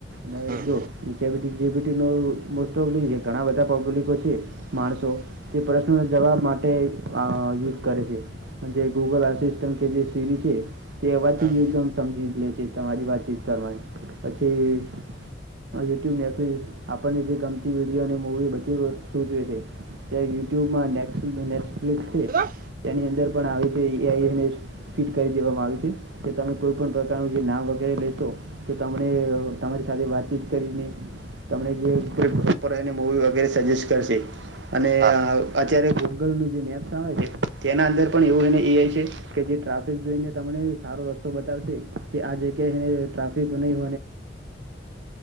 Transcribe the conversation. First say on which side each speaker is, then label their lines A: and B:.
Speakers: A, on the right; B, on the right.
A: નઈજો.
B: હમ
A: ચેટ જી બી ટી નો મોસ્ટ ઓફ લીઝ ઘણા બધા પબ્લિકો છે, માણસો તે પ્રશ્નોના જવાબ માટે અ યુઝ કરે છે. જે ગૂગલ આસિસ્ટન્ટ કે જે સીરી છે તે એવાથી
B: હા
A: જ એકદમ સમજી લે છે. તમારી વાતચીત કરવાની પછી અ યુટ્યુબમાંથી આપણને જે ગમતી વિડીયો અને મૂવી બછી સૂચવે છે. તે યુટ્યુબમાં, નેક્ફ્લિક છે
B: હા
A: તેની અંદર પણ આવે છેને ફિટ કરી દેવામાં આવી છે જે તમે કોઈ પણ પ્ર તમે જે નામ વગેરે લેશો તો તમને તમારી સાથે વાતચીત કરીને તમને <inaudible> એને બવ વગેરે સજેસ્ટ કરશે. અને
B: હા
A: અત્યારે ગૂગલનું જે મેપ્સ આવે છે તેના અંદર પણ એવુંને એ આઈ છે. કે જે ટ્રાફિક જોઈને તમને સારો રસ્તો બતાવશે કે આ જગ્યાએ ટ્રાફ <unintelligible> વિડિઓ